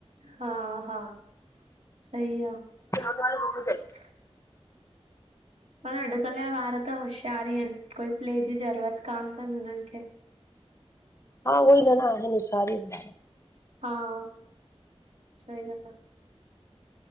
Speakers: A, on the right; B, on the left.
A: हा, हा सही आ।
B: त घ <unintelligible>
A: हा <inaudible> पर अॼुकल्ह जा ॿार त होशियार ई आहिन, कोई प्ले जी ज़रूरत कान अथनि हुननि खे।
B: हा उअई न न सभ होशियार ई अन ॿार।
A: हा सही आहे।